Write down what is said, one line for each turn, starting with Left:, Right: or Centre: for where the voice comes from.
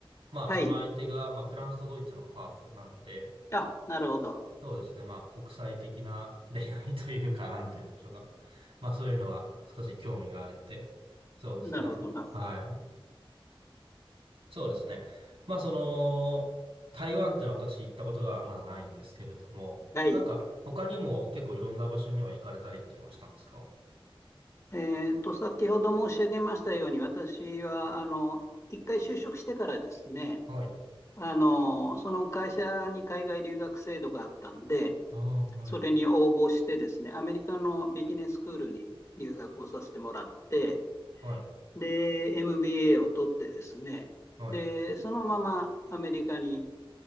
Right: まあ、
Left: はい。
Right: その相手が、まあ、フランスとドイツのハーフなので、
Left: あ、なるほど。
Right: そうですね、まあ、国際的な <laughs> 恋愛というか、なんていうんでしょうか。まあ、そういうのは少し興味があれて、そうですね。
Left: なるほど、なるほど。
Right: はい。そうですね。まあ、その、台湾ってのは私行ったことがまだないんですけれども、
Left: はい。
Right: なんか、他にも結構いろんな場所には行かれたりっていうのはしたんですか
Left: えっと、先ほど申し上げましたように、私は、あの、一回就職してからですね、
Right: はい。
Left: あの、その会社に海外留学制度があったんで、
Right: ああ、はい。
Left: それに応募してですね、アメリカのビジネススクールに留学をさせてもらって、
Right: はい。
Left: で、MBA を取ってですね、
Right: はい。
Left: で、そのままアメリカに